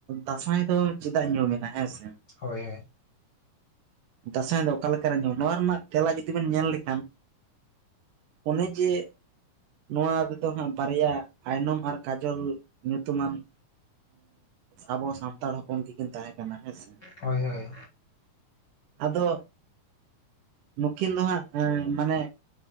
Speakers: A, on the right; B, on the left.
A: ᱫᱟᱸᱥᱟᱭ ᱫᱚ ᱪᱮᱫᱟᱜ ᱧᱩᱢᱮᱱᱟ ᱦᱮᱸᱥᱮ
B: ᱦᱳᱭ ᱦᱳᱭ᱾
A: ᱫᱟᱸᱥᱟᱭ ᱫᱚ ᱚᱠᱟ ᱞᱮᱠᱟᱨᱮ ᱧᱚᱜ <unintelligible> ᱱᱚᱣᱟ ᱨᱮᱱᱟᱜ ᱛᱮᱞᱟ ᱡᱩᱫᱤ ᱵᱮᱱ ᱧᱮᱞ ᱞᱮᱠᱷᱟᱱ ᱚᱱᱮ ᱡᱮ ᱱᱚᱣᱟ ᱨᱮᱫᱚ ᱦᱟᱸᱜ ᱵᱟᱨᱭᱟ ᱟᱭᱱᱚᱢ ᱟᱨ ᱠᱟᱡᱚᱞ ᱧᱩᱛᱩᱢᱟᱱ ᱟᱵᱚ ᱥᱟᱱᱛᱟᱲ ᱦᱚᱯᱚᱱ ᱜᱮᱠᱤᱱ ᱛᱟᱦᱮᱸ ᱠᱟᱱᱟ ᱦᱮᱸᱥᱮ
B: ᱦᱳᱭ ᱦᱳᱭ
A: ᱟᱫᱚ ᱱᱩᱠᱤᱱ ᱫᱚ ᱦᱟᱸᱜ ᱢᱟᱱᱮ